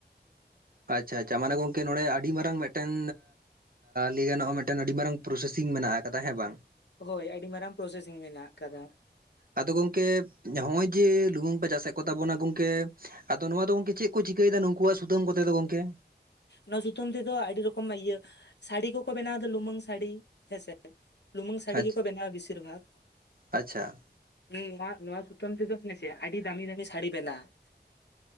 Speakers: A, on the right (about 55°); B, on the left (about 75°).
A: ᱟᱪᱪᱷᱟ ᱟᱪᱪᱷᱟ ᱢᱟᱱᱮ ᱜᱚᱝᱠᱮ ᱱᱚᱰᱮ ᱟᱹᱰᱤ ᱢᱟᱨᱟᱝ ᱢᱤᱫᱴᱮᱱᱼᱼ ᱞᱟᱹᱭ ᱜᱟᱱᱚᱜᱼᱟ ᱢᱤᱫᱴᱮᱱ ᱟᱹᱰᱤ ᱢᱟᱨᱟᱝ ᱯᱨᱚᱥᱮᱥᱤᱝ ᱢᱮᱱᱟᱜ ᱟᱠᱟᱫᱟ ᱦᱮᱸ ᱵᱟᱝ?
B: ᱦᱳᱭ ᱟᱹᱰᱤ ᱢᱟᱨᱟᱝ ᱯᱨᱚᱥᱮᱥᱤᱝ ᱢᱮᱱᱟᱜ ᱟᱠᱟᱫᱟ᱾
A: ᱟᱫᱚ ᱜᱚᱝᱠᱮ ᱱᱚᱜᱼᱚᱭ ᱡᱮ ᱞᱩᱢᱳᱝ ᱯᱮ ᱪᱟᱥᱮᱫ ᱠᱚᱛᱟᱟᱵᱚᱱᱟ ᱜᱚᱝᱠᱮᱼᱼ ᱟᱫᱚ ᱱᱚᱣᱟ ᱫᱚ ᱜᱚᱝᱠᱮ ᱪᱮᱫ ᱠᱚ ᱪᱤᱠᱟᱹᱭᱮᱫᱟ ᱱᱩᱠᱩᱣᱟᱜ ᱥᱩᱛᱟᱹᱢ ᱠᱚᱛᱮ ᱫᱚ ᱜᱚᱝᱠᱮ?
B: ᱱᱚᱣᱟ ᱥᱩᱛᱟᱹᱢ ᱛᱮᱫᱚ ᱟᱹᱰᱤ ᱨᱚᱠᱚᱢ ᱤᱭᱟᱹ ᱥᱟᱹᱲᱤ ᱠᱚᱠᱚ ᱵᱮᱱᱟᱣᱫᱟ ᱞᱩᱢᱟᱹᱝ ᱥᱟᱹᱲᱤ ᱦᱮᱸᱥᱮᱼᱼ ᱞᱩᱢᱩᱝ ᱥᱟᱹᱲᱤ
A: ᱟᱪᱪᱷᱟ
B: ᱜᱮᱠᱚ ᱵᱮᱱᱟᱣᱟ ᱵᱮᱥᱤᱨ ᱵᱷᱟᱜᱽ᱾
A: ᱟᱪᱪᱷᱟ
B: ᱱᱚᱣᱟ ᱱᱚᱣᱟ ᱥᱩᱛᱟᱢ ᱛᱮᱫᱚ ᱦᱮᱸᱥᱮ ᱟᱹᱰᱤ ᱫᱟᱢᱤ ᱫᱟᱢᱤ ᱥᱟᱹᱲᱤ ᱵᱮᱱᱟᱜᱼᱼ